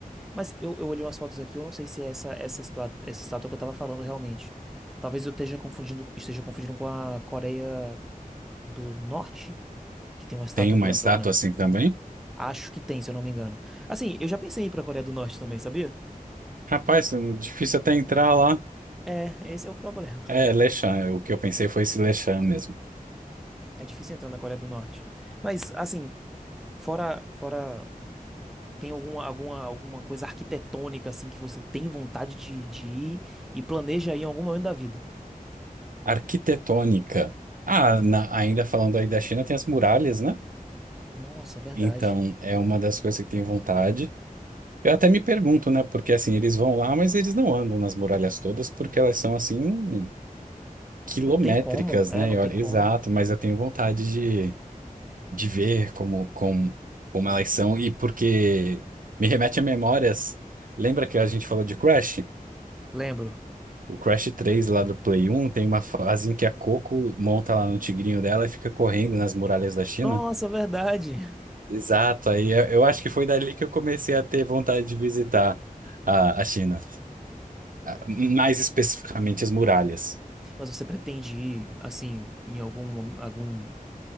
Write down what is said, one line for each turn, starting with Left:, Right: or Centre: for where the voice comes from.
Centre: Mas eu, eu olhei umas fotos aqui, eu não sei se é essa, essa, estua- essa estátua que eu tava falando realmente. Talvez eu esteja confundindo, esteja confundindo com a Coreia do Norte, que tem uma estátua
Right: tem uma
Centre: grandona.
Right: estátua assim também.
Centre: Acho que tem, se eu não me engano. Assim, eu já pensei em ir pra Coreia do Norte também, sabia?
Right: Rapaz, é difícil até entrar lá.
Centre: É, esse é o problema.
Right: É, Lechan, é, o que eu pensei foi esse Lechan mesmo.
Centre: É difícil entrar na Coreia do Norte. Mas, assim, Fora, fora, tem alguma, alguma, alguma coisa arquitetônica assim que você tem vontade de, de ir e planeja ir em algum momento da vida?
Right: Arquitetônica. Ah, na- ainda falando aí da China, tem as muralhas, né?
Centre: Nossa, verdade.
Right: Então, é uma das coisas que tenho vontade. Eu até me pergunto, né? Porque assim, eles vão lá, mas eles não andam nas muralhas todas, porque elas são assim, quilométricas,
Centre: Não tem como, é,
Right: né?
Centre: não
Right: E olha,
Centre: tem como.
Right: Exato, mas eu tenho vontade de, de ver como, como, como elas são, e porque me remete a memórias. Lembra que a gente falou de Crash?
Centre: Lembro.
Right: O Crash 3 lá do Play 1 tem uma fase em que a Coco monta lá no tigrinho dela e fica correndo nas muralhas da China.
Centre: Nossa, verdade.
Right: Exato, aí eu eu acho que foi dali que eu comecei a ter vontade de visitar a, a China, Ah, mais especificamente as muralhas.
Centre: Mas você pretende ir assim em algum mom- algum